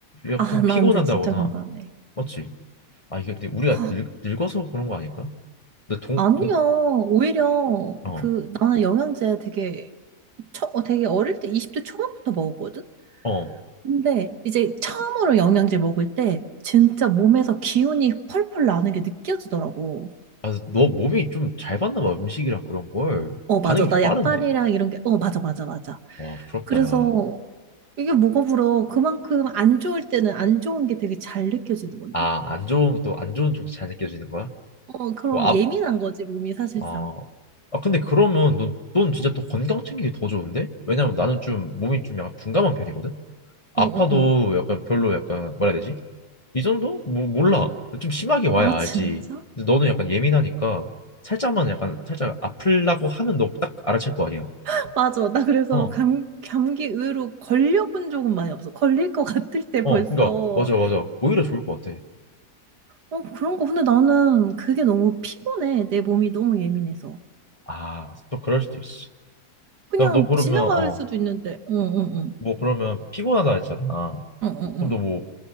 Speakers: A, on the left (about 20°); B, on the right (about 70°).
A: 약간
B: 아,
A: 좀
B: 나
A: 피곤한다거나
B: 근데 진짜 공감해.
A: 맞지? 아 이게 근데 우리가
B: 와,
A: 늙, 늙어서 그런 거 아닐까? 근데 동동
B: 아니야. 오히려
A: 어
B: 그 나는 영양제 되게 처, 어, 되게 어릴 때 20대 초반부터 먹었거든?
A: 어
B: 근데 이제 처음으로 영양제 먹을 때 진짜 몸에서 기운이 펄펄 나는 게 느껴지더라고.
A: 아, 너 몸이 좀 잘 받나 봐, 음식이랑 그런 걸.
B: 어, 맞아.
A: 반응이
B: 나
A: 좀 빠른데?
B: 약발이랑 이런 게, 어, 맞아, 맞아, 맞아.
A: 와, 부럽다,
B: 그래서
A: 야.
B: 이게 뭐가 부러워? 그만큼 안 좋을 때는 안 좋은 게 되게 잘 느껴지는 건데?
A: 아, 안 좋은 것도, 안 좋은 쪽도 잘 느껴지는 거야?
B: 어, 그럼
A: 뭐, 앞,
B: 예민한 거지, 몸이 사실상.
A: 어. 아, 근데 그러면 넌, 넌 진짜 더 건강 챙기기 더 좋은데? 왜냐면 나는 좀 몸이 좀 약간 둔감한 편이거든? 아파도
B: 응, 응, 응.
A: 약간 별로 약간, 뭐라 해야 되지? 이 정도? 뭐, 몰라. 좀 심하게 와야
B: 아,
A: 알지.
B: 진짜?
A: 근데 너는 약간 예민하니까 살짝만 약간, 살짝 아플라고 하면 너 딱 알아챌 거 아니야.
B: <laughs> 맞아. 나 그래서
A: 어.
B: 감, 감기 의외로 걸려본 적은 많이 없어. 걸릴 것 같을 때
A: 어,
B: 벌써.
A: 그러니까 맞아, 맞아. 오히려 좋을 것 같아.
B: 어, 그런 거. 근데 나는 그게 너무 피곤해. 내 몸이 너무 예민해서.
A: 아, 또 그럴 수도 있어.
B: 그냥
A: 야, 너 그러면
B: 지나갈
A: 어,
B: 수도 있는데. 응, 응, 응.
A: 뭐 그러면 피곤하다 했잖아.
B: 응, 응,
A: 그럼
B: 응.
A: 너 뭐